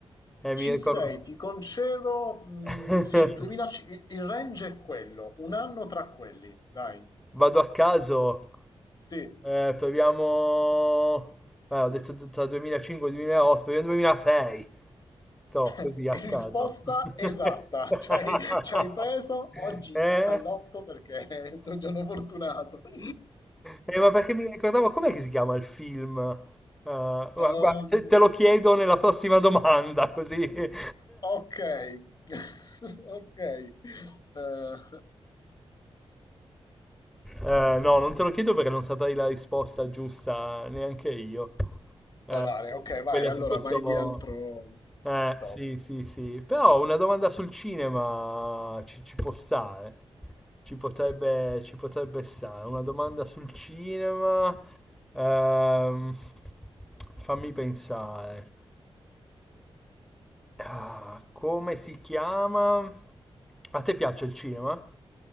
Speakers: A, in the centre; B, on the left.
A: Eh,
B: ci
A: mi ricordo.
B: sei, ti concedo. mm,
A: <laughs>
B: sì, 2000, il il range è quello, un anno tra quelli, dai.
A: Vado a caso,
B: Sì.
A: eh, proviamo... Eh, ho detto tra 2005 e 2008, proviamo 2006. Toh,
B: <laughs>
A: così a
B: Risposta
A: caso. <laughs>
B: esatta, ci hai, ci hai preso. Oggi
A: Eh?
B: gioca al lotto perché è il tuo giorno fortunato. <laughs>
A: Eh, ma perché mi ricordavo, com'è che si chiama il film? Eh, guarda,
B: Ehm,
A: guarda, te, te lo chiedo nella prossima domanda, così. <laughs>
B: ok, <laughs> ok. Eh, da
A: Eh, no, non te lo chiedo perché non saprei la risposta giusta neanche io. Eh,
B: dare, ok, vai.
A: quella
B: Allora
A: su questo...
B: vai di altro
A: Eh,
B: topic.
A: sì, sì, sì. Però una domanda sul cinema ci, ci può stare. Ci potrebbe,
B: Sì.
A: ci potrebbe stare. Una domanda sul cinema. Ehm, fammi pensare. Ah, come si chiama? A te piace il cinema?